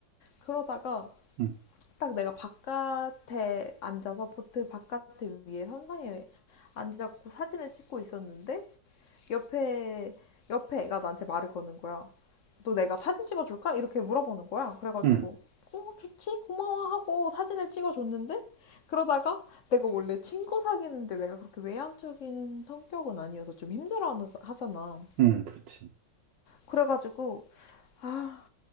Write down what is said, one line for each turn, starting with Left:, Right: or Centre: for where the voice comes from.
Left: 그러다가
Right: 응
Left: 딱 내가 바깥에 앉아서 보트 바깥에 위에 선상에 앉아갖고 사진을 찍고 있었는데 옆에 옆에 애가 나한테 말을 거는 거야. 너 내가 사진 찍어줄까? 이렇게 물어보는 거야. 그래가지고
Right: 응
Left: 어 좋지 고마워 하고 사진을 찍어줬는데 그러다가 내가 원래 친구 사귀는데 내가 그렇게 외향적인 성격은 아니어서 좀 힘들어 하잖아.
Right: 응 그렇지.
Left: 그래가지고 아